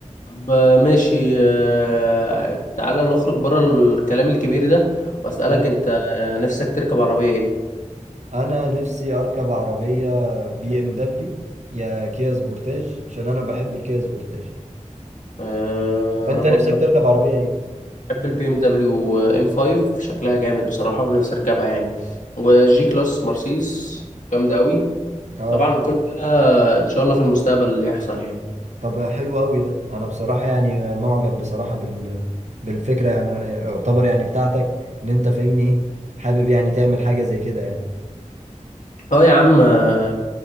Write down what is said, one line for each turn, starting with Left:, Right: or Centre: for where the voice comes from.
Left: طب آه، ماشي آه، تعالى نخرج بره الكلام الكبير ده واسألك
Right: آه.
Left: انت آه، نفسك تركب عربية ايه
Right: انا نفسي اركب عربية بي ام دبليو يا كيا سبورتاج عشان انا بحب الكيا سبورتاج
Left: آه،
Right: فانت
Left: انا برضو
Right: نفسك تركب عربية ايه
Left: بحب البي ام دبليو ام 5 شكلها جامد بصراحة ونفسي اركبها يعني وجي كلاس مرسيدس جامدة قوي
Right: اه
Left: طبعا كل ده ان شاء الله في المستقبل اللي يحصل يعني
Right: طب حلو قوي ده انا بصراحه يعني معجب بصراحه بال بالفكره يعني يعتبر يعني بتاعتك ان انت فاهمني ايه حابب يعني تعمل حاجه زي كده يعني
Left: اه يا عم آه،